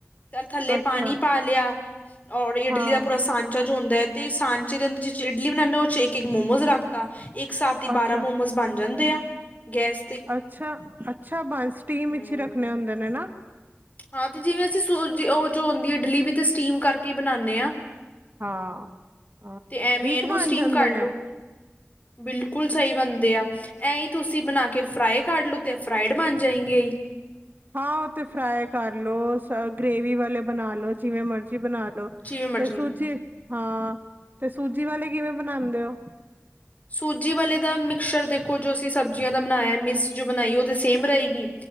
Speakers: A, on the left (about 35°); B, on the right (about 40°).
A: ਤਾ ਥੱਲੇ
B: ਅੱਛਾ
A: ਪਾਣੀ ਪਾ ਲਿਆ ਓਰ ਇਡਲੀ
B: ਹਾਂ
A: ਦਾ ਪੂਰਾ ਸਾਂਚਾ ਜੋ ਹੁੰਦਾ ਐ ਤੇ ਸਾਂਚੇ ਦੇ ਅੰਦ ਜਿਦੇ ਚ ਇਡਲੀ ਬਨਾਨੇ ਉਦੇ ਚ ਇੱਕ ਮੋਮੋਜ਼ ਲਗਤਾ ਇੱਕ ਸਾਥ ਈ
B: ਅੱਛਾ
A: ਬਾਰਾਂ ਮੋਮੋਜ਼ ਬਣ ਜਾਂਦੇ ਆ ਗੈਸ ਤੇ
B: ਅੱਛਾ, ਅੱਛਾ ਬਾਏ ਸਟੀਮ
A: ਹੂੰ,
B: ਚ ਈ ਰੱਖਣੇ ਹੁੰਦੇ ਨੇ ਨਾ।
A: ਹਾਂ ਤੇ ਜਿਵੇਂ ਅਸੀਂ ਸੂਜੀ ਓ ਜੋ ਹੁੰਦੀ ਏ ਇਡਲੀ ਵੀ ਤੇ ਸਟੀਮ ਕਰਕੇ ਈ ਬਣਾਣੇ ਆ।
B: ਹਾਂ ਹਾਂ
A: ਤੇ ਐਵੇਂ
B: ਠੀਕ
A: ਈ ਐਨੂੰ
B: ਬਣ
A: ਸਟੀਮ
B: ਜਾਂਦੇ
A: ਕੱਢ
B: ਨੇ
A: ਲਓ। ਬਿਲਕੁਲ ਸਈ ਬਣਦੇ ਆ। ਐਈ ਤੁਸੀਂ ਬਣਾ ਕੇ ਫਰਾਈ ਕਢ ਲੋ ਤੇ ਫਰਾਈਡ ਬਣ ਜਾਏਂਗੇ ਈ।
B: ਹਾਂ ਓ ਤੇ ਫਰਾਈ ਕਰ ਲੋ, ਗ੍ਰੇਵੀ ਵਾਲੇ ਬਣਾ ਲੋ, ਜਿਵੇਂ ਮਰਜ਼ੀ ਬਣਾ ਲੋ,
A: ਜਿਵੇਂ ਮਰਜ਼ੀ
B: ਤੇ
A: ਬਣਾ
B: ਸੂਜੀ
A: ਲੋ।
B: ਹਾਂ, ਤੇ ਸੂਜੀ ਵਾਲੇ ਕਿਵੇਂ ਬਣਾਂਦੇ ਓ?
A: ਸੂਜੀ ਵਾਲੇ ਦਾ ਮਿਕਸਰ ਦੇਖੋ ਜੋ ਅਸੀਂ ਸਬਜ਼ੀਆਂ ਦਾ ਬਣਾਇਆ ਮਿਸ ਜੋ ਬਣਾਈ ਓ ਤਾਂ ਸੇਮ ਰਏਗੀ